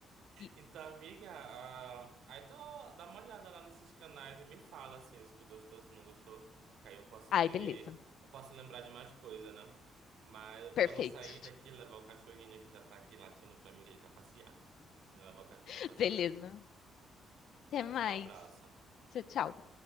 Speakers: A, on the left (about 70°); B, on the right (about 75°).
A: E-
B: Então, amiga, ah, aí tu dá uma olhada lá nesses canais e me fala assim, se tu gostou, se tu não gostou, que aí eu posso
A: Ai,
B: ver,
A: beleza.
B: eu posso lembrar de mais coisa, né? Mas eu vou
A: Perfeito.
B: dar uma saída aqui, levar o cachorrinho que já tá aqui latindo pra mim, que ele quer passear. Eu Vou levar o cachorro
A: <laughs>
B: pra passear.
A: Beleza. Até
B: Tchau,
A: mais.
B: tchau, abraço.
A: Tchau, tchau.